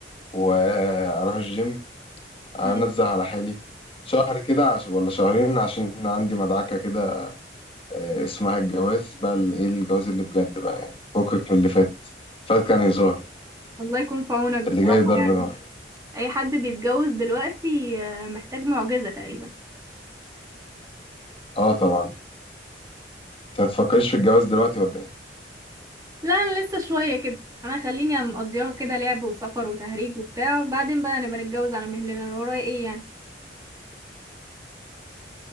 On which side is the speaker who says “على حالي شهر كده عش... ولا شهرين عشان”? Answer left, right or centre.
Left